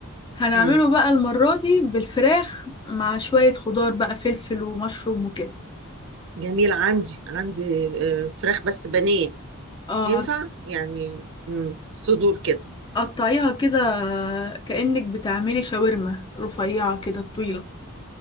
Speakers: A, on the left; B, on the right.
A: هنعمله
B: امم
A: بقى المرة دي بالفراخ مع شوية خضار بقى فلفل ومشروم وكده
B: جميل عندي عندي آه، فراخ بس بانيه
A: اه
B: ينفع يعني مم. صدور كده
A: هتقطعيها كده كأنك بتعملي شاورما رفيعة كده طويلة